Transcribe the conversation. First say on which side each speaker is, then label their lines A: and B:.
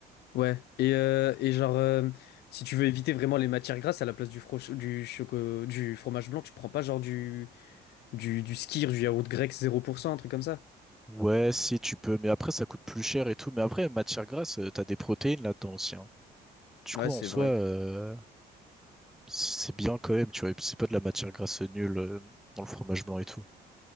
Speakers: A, on the left; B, in the centre.
A: ouais. Et, euh, et genre, euh, si tu veux éviter vraiment les matières grasses, à la place du, fro du, choco du fromage blanc, tu prends pas genre du, du, du skyr, du yaourt grec 0%, un truc comme ça.
B: Ouais, si tu peux, mais après, ça coûte plus cher et tout. Mais après, matière grasse, euh, t'as des protéines là-dedans aussi, hein. Du
A: Ouais,
B: coup, en
A: c'est
B: soi,
A: vrai.
B: euh, c'est bien quand même, tu vois. Et puis, c'est pas de la matière grasse nulle euh, dans le fromage blanc et tout.